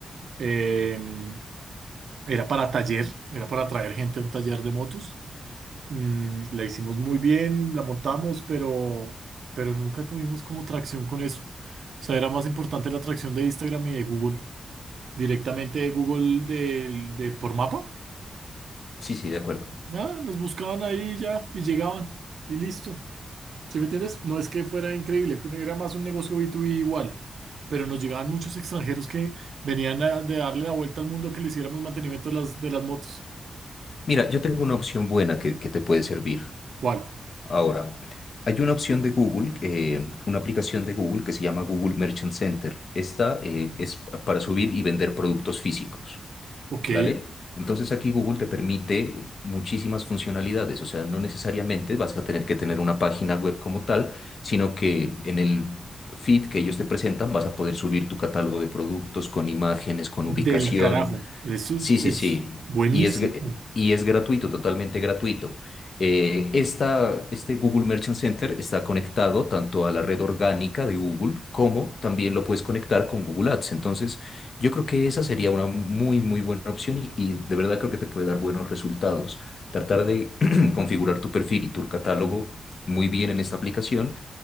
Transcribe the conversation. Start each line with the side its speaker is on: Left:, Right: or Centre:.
Right: em, Era para taller, era para traer gente a un taller de motos. Mm, la hicimos muy bien, la montamos, pero, pero nunca tuvimos como tracción con eso. O sea, era más importante la tracción de Instagram y de Google. Directamente de Google de, de por mapa.
Left: Sí, sí, de acuerdo.
Right: Nada, nos buscaban ahí ya y llegaban y listo. ¿Sí me entiendes? No es que fuera increíble, era más un negocio B2B igual, pero nos llegaban muchos extranjeros que venían a- de darle la vuelta al mundo a que le hiciéramos mantenimiento de las, de las motos.
Left: Mira, yo tengo una opción buena que, que te puede servir.
Right: ¿Cuál?
Left: Ahora, hay una opción de Google, eh, una aplicación de Google que se llama Google Merchant Center. Esta eh, es para subir y vender productos físicos,
Right: Ok,
Left: ¿vale? Entonces aquí Google te permite muchísimas funcionalidades, o sea, no necesariamente vas a tener que tener una página web como tal, sino que en el feed que ellos te presentan vas a poder subir tu catálogo de productos con imágenes, con
Right: del
Left: ubicación,
Right: carajo. Eso
Left: Sí, sí,
Right: es
Left: sí.
Right: buenísimo.
Left: Y es, gr- y es gratuito, totalmente gratuito. Eh, esta, este Google Merchant Center está conectado tanto a la red orgánica de Google como también lo puedes conectar con Google Ads. Entonces, yo creo que esa sería una muy, muy buena opción y, y de verdad creo que te puede dar buenos resultados. Tratar de <clears throat> configurar tu perfil y tu catálogo muy bien en esta aplicación.